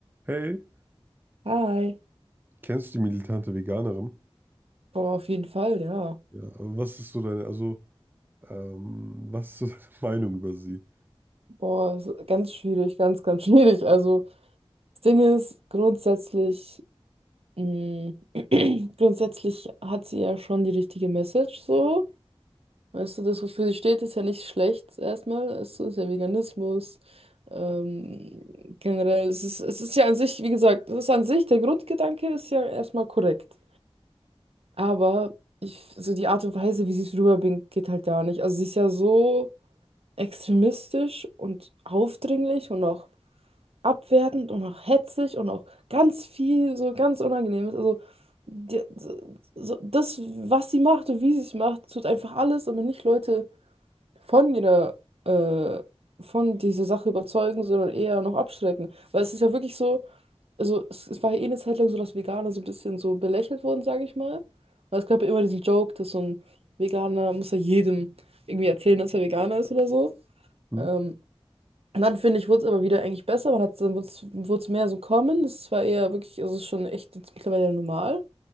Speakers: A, on the right; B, on the right.
A: Hey,
B: Hi.
A: kennst du die militante Veganerin?
B: Boah, auf jeden Fall, ja.
A: Ja, aber was ist so deine, also, ähm, was ist so <laughs> deine Meinung über sie?
B: Boah, ist ganz schwierig, ganz, ganz <laughs> schwierig. Also, das Ding ist, grundsätzlich, mh, <clears throat> grundsätzlich hat sie ja schon die richtige Message, so. Weißt du, das, wofür sie steht, ist ja nicht schlecht, erstmal. Es ist ja Veganismus. Ähm, generell, es ist, es ist ja an sich, wie gesagt, es ist an sich, der Grundgedanke ist ja erstmal korrekt. Aber ich, so die Art und Weise, wie sie es rüberbringt, geht halt gar nicht. Also, sie ist ja so. extremistisch und aufdringlich und auch abwertend und auch hetzig und auch ganz viel so ganz Unangenehmes. Also die, so, so- das, was sie macht und wie sie es macht, tut einfach alles, aber nicht Leute von ihrer, äh, von dieser Sache überzeugen, sondern eher noch abschrecken. Weil es ist ja wirklich so, also es, es war ja eh eine Zeit lang so, dass Veganer so ein bisschen so belächelt wurden, sage ich mal. Weil es gab ja immer diesen Joke, dass so ein Veganer muss ja jedem irgendwie erzählen, dass er Veganer ist oder so.
A: Hm?
B: Ähm, und dann finde ich, wurde es aber wieder eigentlich besser. Man hat dann wurde es mehr so kommen. das war eher wirklich, also es ist schon echt jetzt mittlerweile normal.